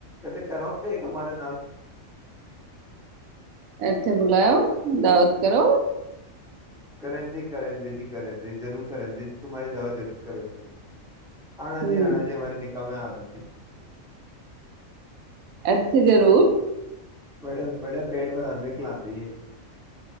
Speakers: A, in the centre; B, on the right (about 85°).
A: ਘਰੋ <unintelligible> ਮਾਰਾ ਨਾਲ
B: ਇੱਥੇ ਬੁਲਾਇਓ ਦਾਵਤ ਕਰੋ।
A: ਕਰਨ ਦੀ ਕਰਨ ਜੀ ਕਰਨ ਜ਼ਰੂਰ ਕਰਨ ਦੀ ਤਮਾਰੀ ਦਾਵਾ ਜ਼ਰੂਰ ਕਰਨ ਜੀ। ਆਣਾ
B: ਹਮ
A: ਜੀ ਆਣਾ ਜੀ ਹਮਾਰੇ <unintelligible> ਮੇ ਆਨਾ ਜੀ।
B: ਇੱਥੇ ਜ਼ਰੂਰ
A: ਬੜੇ ਬੜੇ ਪੇਟ ਬਰਾਂਦੇ ਖਲਾਦੀ ਏ,